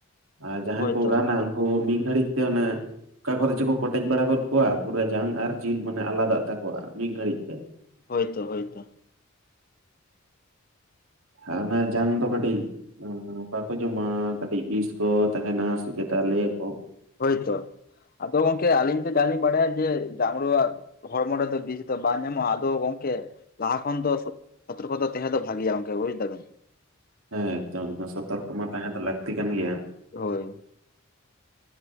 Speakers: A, on the right; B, on the left.
A: ᱟᱨ ᱡᱟᱦᱟᱸᱭ
B: ᱦᱳᱭᱛᱚ
A: ᱠᱚ ᱜᱟᱱᱟ ᱩᱱᱠᱩ ᱢᱤᱫ ᱜᱷᱟᱹᱲᱤᱡ ᱛᱮ ᱚᱱᱮ ᱠᱟᱠᱚᱨᱮ ᱪᱚᱠᱚ ᱠᱚᱴᱮᱡ ᱵᱟᱲᱟ ᱜᱚᱫ ᱠᱚᱣᱟ ᱯᱩᱨᱟᱹ ᱡᱟᱝ ᱟᱨ ᱡᱤᱞ ᱢᱟᱱᱮ ᱟᱞᱟᱫᱟᱜ ᱛᱟᱠᱚᱣᱟ ᱢᱤᱫ ᱜᱷᱟᱹᱲᱤᱡ ᱛᱮ
B: ᱦᱳᱭ ᱛᱚ ᱦᱳᱭ ᱛᱚ
A: ᱚᱱᱟ ᱡᱟᱝ ᱫᱚ ᱠᱟᱹᱴᱤᱡ ᱵᱟᱠᱚ ᱡᱚᱢᱟ ᱠᱟᱹᱴᱤᱡ ᱵᱤᱥ ᱠᱚ ᱛᱟᱦᱮᱱᱟ ᱥᱮᱪᱮᱛᱟ ᱞᱟᱹᱭᱟ ᱠᱚ
B: ᱦᱳᱭᱛᱚ ᱟᱫᱚ ᱜᱚᱝᱠᱮ ᱟᱹᱞᱤᱧ ᱛᱚ ᱵᱟᱞᱤᱧ ᱵᱟᱲᱟᱭᱟ ᱡᱮ ᱡᱟᱸᱢᱲᱩᱣᱟᱜ ᱦᱚᱲᱢᱚ ᱨᱮᱫᱚ ᱵᱮᱥᱤ ᱫᱚ ᱵᱟᱝ ᱧᱟᱢᱚᱜᱼᱟ ᱟᱫᱚ ᱜᱚᱝᱠᱮ ᱞᱟᱦᱟ ᱠᱷᱚᱱ ᱫᱚ ᱥᱚᱛᱚᱨᱠᱚᱛᱟ ᱛᱮᱦᱮᱸ ᱫᱚ ᱵᱷᱟᱜᱮᱭᱟ ᱜᱚᱢᱠᱮ ᱵᱩᱡᱽ ᱫᱟᱵᱮᱱ
A: ᱦᱮᱸ ᱛᱚ ᱮᱠᱫᱚᱢ ᱥᱚᱛᱚᱨᱠᱚ ᱢᱟ ᱛᱟᱦᱮᱸ ᱫᱚ ᱞᱟᱹᱠᱛᱤ ᱠᱟᱱ ᱜᱮᱭᱟ
B: ᱦᱳᱭ